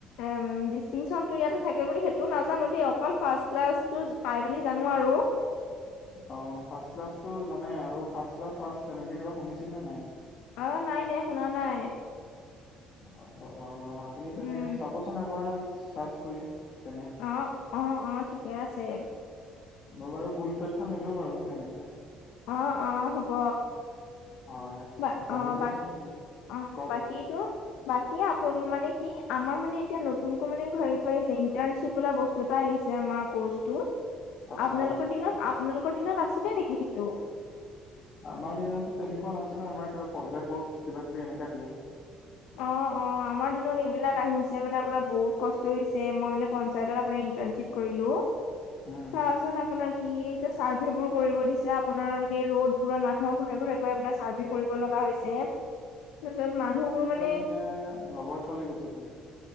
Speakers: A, on the left; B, on the left.
A: এম ডিষ্টিংশ্যন টো ইয়াতে থাকে বুলি সেইটো নাজানো দেই অকল ফাষ্ট ক্লাছ টো পাই বুলি জানো আৰু।
B: অ ফাষ্ট ক্লাছটো জানে, আৰু ফাষ্ট ক্লাছ ফাষ্ট তেনেকে কিবা শুনিছিল নে নাই?
A: অ নাই নাই শুনা নাই।
B: অ অ, আপুনি
A: উম
B: তেনে চাবচোন এবাৰ চাৰ্চ কৰি তেনে।
A: অঁ অঁ অঁ ঠিকে আছে।
B: মই বাৰু ভুল তথ্য নিদো বাৰু তেনেকে।
A: অ অ হ'ব।
B: হয়।
A: বা
B: জানি
A: অ'
B: বুজি
A: বাকী অ',
B: কওক
A: বাকীটো বাকী আপোন মানে কি আমাৰ মানে এতিয়া নতুনকৈ মানে হেৰিটো আহিছে ইণ্টাৰ্ণশ্বিপ বোলা বস্তু দুটা আহিছে আমাৰ কৰ্চটোত
B: আচ্ছা
A: আপোনালোকৰ দিনত আপোনালোকৰ দিনত আছিলে নেকি সেইটো?
B: আমাৰ দিনতো তেনেকুৱা নাছিলে আমাৰ কিবা প্ৰজেক্ট ৱৰ্ক কিবা কিবি এনেকা দিয়ে।
A: অ', অ', অ', আমাৰ দিনত এইবিলাক আহিছে মানে আপোনাৰ বহুত কষ্ট হৈছে মই মানে পঞ্চায়তত আপোনাৰ ইন্টাৰ্শ্বিপ কৰিলোঁ। <inaudible>
B: উম,
A: তাৰ পাছত আপোনাৰ কি এ চাৰ্ভে বোৰ কৰিব দিছে আপোনাৰ মানে ৰোড বোৰত মানুহক ঘৰে ঘৰে গৈ আপোনাৰ চাৰ্ভে কৰিব লগা হৈছে, তাৰপিছত মানুহবোৰ মানে
B: মানে লগৰ ছোৱালী গৈছে কোনোবা